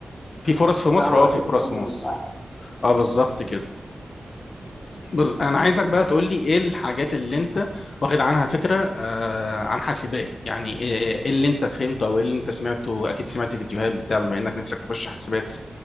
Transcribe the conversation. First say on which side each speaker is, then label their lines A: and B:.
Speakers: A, on the left (about 55°); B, on the left (about 20°).
A: في فرص في
B: لا
A: مصر
B: هو
A: اه
B: اكيد
A: في فرص
B: في مصر
A: في مصر
B: مش احسن
A: اه بالظبط كده بز... انا عايزك بقى تقول لي ايه الحاجات اللي انت واخد عنها فكره آه عن حاسبات يعني ايه إيه- إيه اللي انت فهمته او ايه اللي انت سمعته اكيد سمعت فيديوهات بتاع بما انك نفسك تخش حاسبات